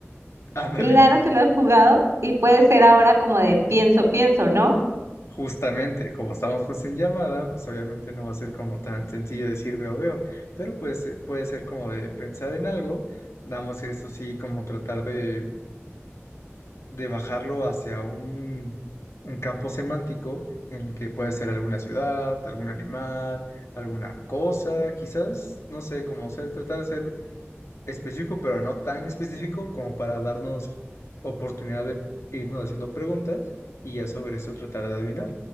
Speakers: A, on the left; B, on the right.
A: <laughs> Ándale.
B: claro que lo he jugado y puede ser ahora como de pienso, pienso, ¿no?
A: Justamente, como estamos pues en llamada, pues obviamente no va a ser como tan sencillo decir veo, veo, pero pues eh, puede ser como de pensar en algo, nada más que eso sí, como tratar de, de bajarlo hacia un, un campo semántico en el que puede ser alguna ciudad, algún animal, alguna cosa, quizás, no sé, como ser, tratar de ser específico, pero no tan específico como para darnos oportunidad de irnos haciendo preguntas y ya sobre esto tratar de adivinar.